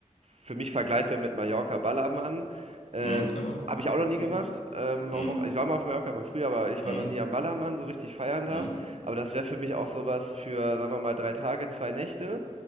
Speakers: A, on the right (about 60°); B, on the left (about 65°).
A: für mich vergleichbar mit Mallorca Ballermann. Äh,
B: Mhm, genau.
A: habe ich auch noch nie
B: Mhm.
A: gemacht. Ähm, warum
B: Mhm.
A: auch? Ich war mal auf Mallorca mal früher, aber ich
B: Mhm.
A: war noch nie am Ballermann, so richtig feiern
B: Mhm.
A: da. Aber das wäre für mich auch sowas für, sagen wir mal, drei Tage, zwei Nächte